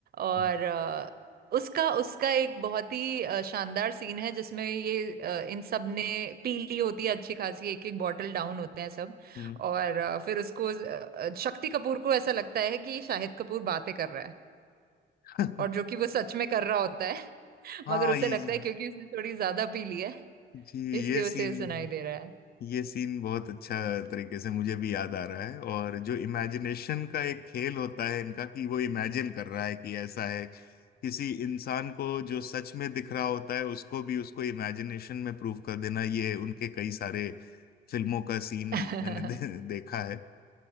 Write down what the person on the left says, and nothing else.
हाँ
हम्म
<laughs>
हाँ
ये
जी
जी
ये सीन
ये सीन बहुत अच्छा तरीके से मुझे भी याद आ रहा है और जो इमेजिनेशन का एक खेल होता है इनका कि वो इमेजिन कर रहा है कि ऐसा है किसी इंसान को जो सच में दिख रहा होता है उसको भी उसको इमेजिनेशन में प्रूव कर देना ये उनके कई सारे फिल्मों का सीन
मैंने दे, देखा है